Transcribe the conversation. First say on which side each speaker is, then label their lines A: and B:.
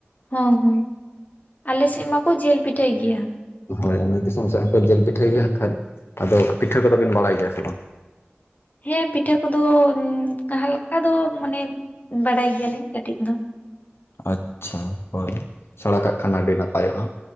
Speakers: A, on the left; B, on the left.
A: ᱦᱮ ᱦᱮᱸ ᱟᱞᱮ ᱥᱮᱫ ᱢᱟᱠᱚ ᱡᱤᱞ ᱯᱤᱴᱷᱟᱹᱭ ᱜᱮᱭᱟ᱾
B: ᱦᱳᱭ ᱚᱱᱟ ᱫᱤᱥᱚᱢ ᱥᱮᱫ ᱦᱚᱸᱠᱚ ᱡᱤᱞ ᱯᱤᱴᱷᱟᱹᱭ ᱜᱮᱭᱟ᱾ ᱮᱱ ᱠᱷᱟᱡ ᱟᱫᱚ ᱯᱤᱴᱷᱟᱹ ᱠᱚᱫᱚ ᱵᱤᱱ ᱵᱟᱲᱟᱭ ᱜᱮᱭᱟ ᱥᱮ ᱵᱟᱝ?
A: ᱦᱮᱸ ᱯᱤᱴᱷᱟᱹ ᱠᱚᱫᱚ ᱦᱟᱞᱠᱟ ᱫᱚ ᱢᱟᱱᱮ ᱵᱟᱰᱟᱭ ᱜᱮᱭᱟᱞᱤᱤᱧ ᱠᱟᱹᱴᱤᱡ ᱫᱚ᱾
B: ᱟᱪᱷᱟ ᱦᱳᱭ ᱥᱮᱲᱟ ᱠᱟᱜ ᱠᱷᱟᱱ ᱟᱹᱰᱤ ᱱᱟᱯᱟᱭᱚᱜ-ᱟ,